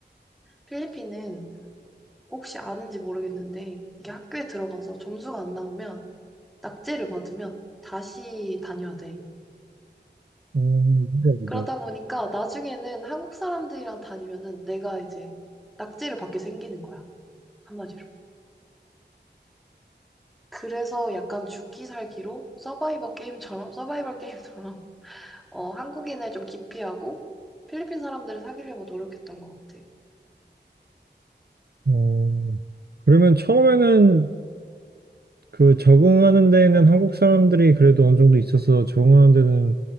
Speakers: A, in the centre; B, on the right.
A: 필리핀은 혹시 아는지 모르겠는데, 이게 학교에 들어가서 점수가 안 나오면, 낙제를 받으면 다시 다녀야 돼.
B: 음, 보자 보자.
A: 그러다 보니까 나중에는 한국 사람들이랑 다니면은 내가 이제 낙제를 받게 생기는 거야. 한마디로. 그래서 약간 죽기 살기로 서바이벌 게임처럼, 서바이벌 게임처럼, <laughs> 어, 한국인을 좀 기피하고 필리핀 사람들을 사귀려고 노력했던 것 같아.
B: 어, 그러면 처음에는 그 적응하는 데에는 한국 사람들이 그래도 어느 정도 있어서 적응하는 데는